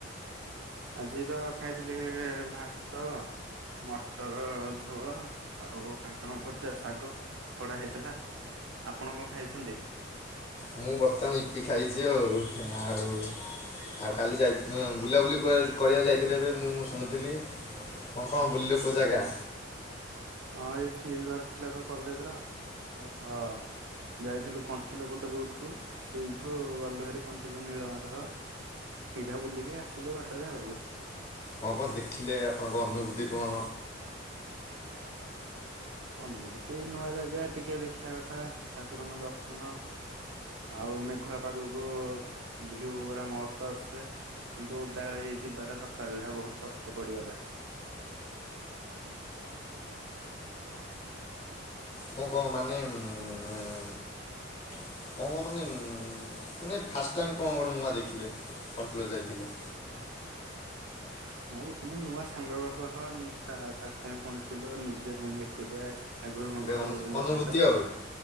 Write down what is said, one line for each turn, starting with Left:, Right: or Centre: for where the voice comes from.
Right: ଆଜି ତ ଖାଇଥିଲି ଭାତ ମଟର ଝୋଳ ଆଉ କାଙ୍କଣ ଭଜା, ଶାଗ ଖଡା ହେଇଥିଲା। ଆପଣ କଣ ଖାଇଛନ୍ତି?
Left: ମୁଁ ବର୍ତ୍ତମାନ ଇପି ଖାଇଛି ଆଉ ଆଉ। ଆଉ କାଲି ଯାଇ ଥିନ୍ ବୁଲାବୁଲି କରିବାକୁ ଯାଇଥିଲେ ଏବେ ମୁଁ ଶୁଣୁଥିଲି। ଙ୍କ ବୁଲିଲେ କୋଉ ଜାଗା।
Right: ହଁ ଏଇ ଫିଲ୍ଡ ୱାର୍କ ଥିଲା ତ କଲେଜର ତ ଅ ଯାଇଥିଲୁ କଣ୍ଟିଲୋ ପଟ ରୁଟକୁ ସେଇଠୁ ଗଲୁହାରୀ କଣ୍ଟିଲୋ ନୀଳମାଧବ ଏଇଠା ବୁଲିକି ଆସିଲୁ ବାଟରେ ଆଉ
Left: କଣ କଣ ଦେଖିଲେ ଆପଣଙ୍କ ଅନୁଭୂତି କଣ?
Right: ଅନୁଭୂତି ନୂଆ ଜାଗା ଟିକେ ଦେଖିବା କଥା ଠାକୁରଙ୍କ ଦର୍ଶନ। ଆଉ ମେଘୁଆ ପାଗକୁ ଭିଉ ଉରା ମସ୍ତ ଆସେ। କିନ୍ତୁ ଓଦା ହେଇ ଯିବାଟା ସକାଳ ଟା ବହୁତ କଷ୍ଟ ପଡିଗଲା। <inaudible>
Left: କଣ କଣ ମାନେ <unintelligible>
Right: <inaudible>
Left: <unintelligible> ମାନେ ମାନେ ଫାଷ୍ଟ ଟାଇମ କଣ କଣ ନୂଆ ଦେଖିଲେ କଣ୍ଟିଲୋ ଯାଇଥିଲେ।
Right: ହୁଁ ନୂଆ କିଛି ନାହିଁ ନୂଆ ସାଙ୍ଗଙ୍କ ସହ ନୁ ଫା ଫାଷ୍ଟ ଟାଇମ କଣ୍ଟିଲୋ ନିଜେ ପୁଣି ଏକୁଟିଆ ଆଗରୁ କଣ
Left: ଗୋଟେ
Right: ଘର ଲୋକଙ୍କ
Left: ଅନୁଭୂତି
Right: ସହିତ
Left: ଆଉ।